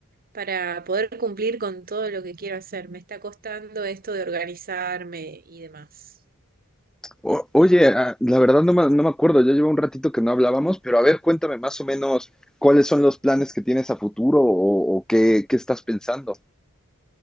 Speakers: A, on the right; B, in the centre.
A: para poder cumplir con todo lo que quiero hacer. Me está costando esto de organizarme y demás.
B: O- oye, ah, la verdad no me, no me acuerdo, ya llevo un ratito que no hablábamos, pero a ver, cuéntame más o menos cuáles son los planes que tienes a futuro o, o qué, qué estás pensando.